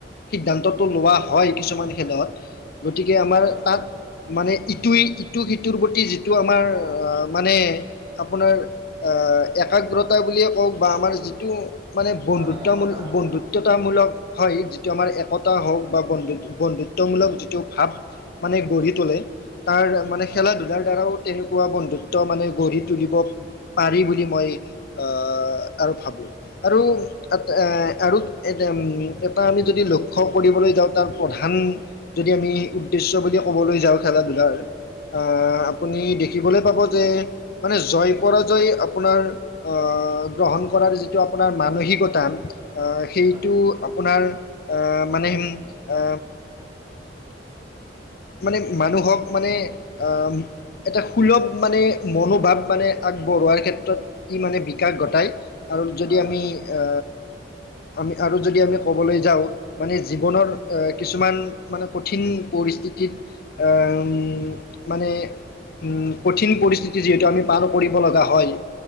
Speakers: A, on the left; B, on the right.
A: সিদ্ধান্তটো লোৱা হয় কিছুমান খেলত গতিকে আমাৰ
B: হয়
A: তাত মানে ইটোই ইটো সিটোৰ প্ৰতি যিটো আমাৰ আহ মানে আপোনাৰ আহ একাগ্ৰতা বুলিয়ে কওক বা আমাৰ যিটো মানে বন্ধু
B: হয় একতা
A: বন্ধুত্বতামূলক হয়, যিটো আমাৰ একতা হওক বা বন্ধু বন্ধুত্বমূলক যিটো ভাৱ মানে গঢ়ি তোলে তাৰ মানে
B: হয়
A: খেলা ধূলাৰ দ্বাৰাও তেনেকুৱা বন্ধুত্ব মানে গঢ়ি তুলিব পাৰি বুলি মই আ আৰু ভাবো আৰু তাত এ আৰু এজ এটা আমি যদি লক্ষ্য কৰিবলৈ যাওঁ তাৰ প্ৰধান যদি আমি উদ্দেশ্য বুলি ক'বলৈ যাওঁ খেলা ধূলাৰ আহ, আপুনি দেখিবলৈ পাব যে মানে জয় -পৰাজয় আপোনাৰ আহ গ্ৰহণ কৰাৰ যিটো আপোনাৰ মানসিকতা টান আ সেইটো
B: হয়
A: আপোনাৰ আহ মানে সেই আ মানে মানুহক মানে আ-ম এটা সুলভ মানে মনোভাৱ মানে আগবঢ়োৱাৰ ক্ষেত্ৰত ই মানে বিকাশ গটাই আৰু যদি
B: হয় হয়
A: আমি আ আমি আৰু যদি আমি ক'বলৈ যাওঁ মানে জীৱনৰ এ কিছুমান মানে কঠিন পৰিস্থিত তিত আ-ম, মানে উম, কঠিন পৰিস্থিতি যিহেতু আমি পাৰ কৰিব লগা হয়